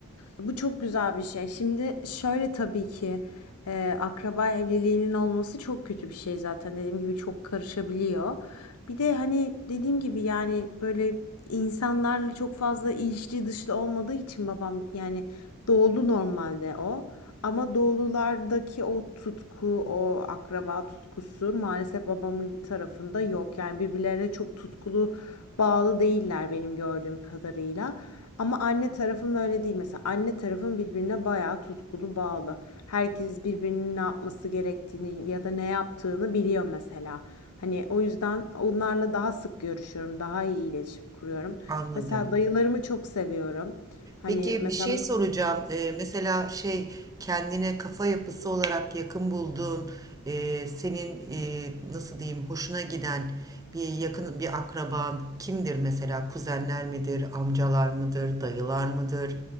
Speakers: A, on the left; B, on the right.
A: Bu çok güzel bir şey. Şimdi şöyle tabii ki e, akraba evliliğinin olması çok kötü bir şey zaten. Dediğim gibi çok karışabiliyor. Bir de hani dediğim gibi yani böyle insanlarla çok fazla ilişki dışlı olmadığı için babam yani doğulu normalde o. Ama doğululardaki o tutku, o akraba tutkusu maalesef babamın tarafında yok. Yani birbirlerine çok tutkulu bağlı değiller benim gördüğüm kadarıyla. Ama anne tarafım öyle değil mesela. Anne tarafım birbirine bayağı tutkulu bağlı. Herkes birbirinin ne yapması gerektiğini ya da ne yaptığını biliyor mesela. Hani o yüzden onlarla daha sık görüşüyorum, daha iyi iletişim kuruyorum.
B: Anladım.
A: Mesela dayılarımı çok seviyorum. Hani
B: Peki
A: mesela
B: bir şey soracağım. Ee, mesela şey kendine kafa yapısı olarak yakın bulduğun, e, senin e, nasıl diyeyim hoşuna giden bir yakın bir akraban kimdir mesela? Kuzenler midir, amcalar mıdır, dayılar mıdır?